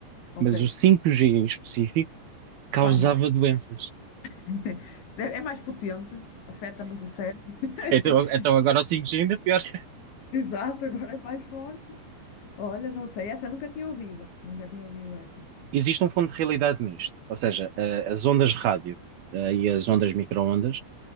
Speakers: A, on the left; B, on the right.
A: ok.
B: mas o 5G em específico causava
A: Faz mal.
B: doenças.
A: <laughs> Deve- É mais potente, afeta-nos o cérebro. <laughs>
B: Então, então agora o 5G ainda é pior. <laughs>
A: Exato, agora é mais forte. Olha, não sei, essa eu nunca tinha ouvido. Nunca tinha ouvido essa.
B: Existe um fundo de realidade nisto. Ou seja, a- as ondas de rádio, eh, e as ondas micro-ondas